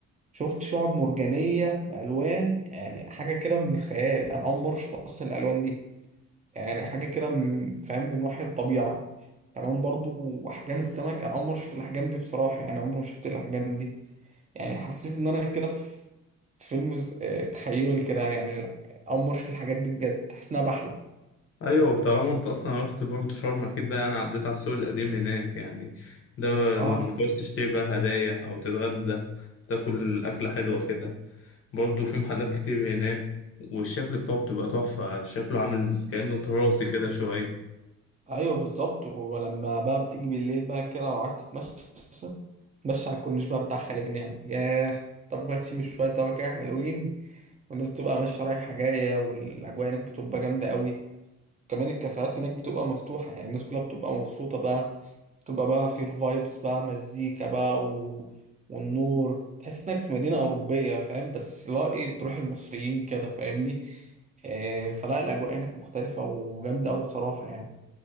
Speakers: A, on the right (about 25°); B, on the left (about 50°).
A: شفت شعب مرجانية بألوان يعني حاجة كده من الخيال انا اول مرة اشوف اصلا الألوان دي يعني حاجة كده من- فاهم من وحي الطبيعة كمان برضه احجام السمك انا اول مرة اشوف الاحجام دي بصراحة يعني عمري ما شفت الاحجام دي يعني حسيت ان انا كده في في فيلم ز- آه، تخيلي كده يعني امرش في الحاجات دي بجد حاسس انها بحلم
B: ايوه طالما انت اصلا رحت برضه شرم اكيد ده يعني عديت على السوق القديم هناك يعني ده
A: اه
B: لما تعوز تشتري بقى هدايا او تتغدى تاكل اكله حلوه كده برضه في محلات كتير هناك والشكل بتاعه بتبقى تحفه شكله عامل كانه تراثي كده شويه
A: ايوه بالظبط ولما بقى بتيجي بالليل بقى كده وعايز تتمشى تمشي على الكورنيش بقى بتاع خالد نعم ياه طب ما تشم شويه هوا كده حلوين والناس بتبقى ماشيه رايحه جايه والاجواء هناك بتبقى جامده قوي كمان الكافيهات هناك بتبقى مفتوحة يعني الناس كلها بتبقى مبسوطة بقى بتبقى بقى في الفايبس بقى مزيكا بقى و... والنور تحس انك في مدينة أوروبية فاهم بس لا ايه بروح المصريين كده فاهمني آه فلا الأجواء هناك مختلفة وجامدة أوي بصراحة يعني